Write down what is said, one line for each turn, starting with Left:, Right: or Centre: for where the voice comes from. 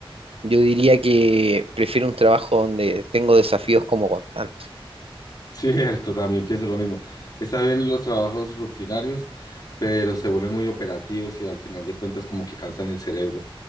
Right: Yo diría que prefiero un trabajo donde tengo desafíos como constantes.
Left: Cierto, también pienso lo mismo. Está bien los trabajos rutinarios, pero se vuelven muy operativos y al final de cuentas como que cansan el cerebro.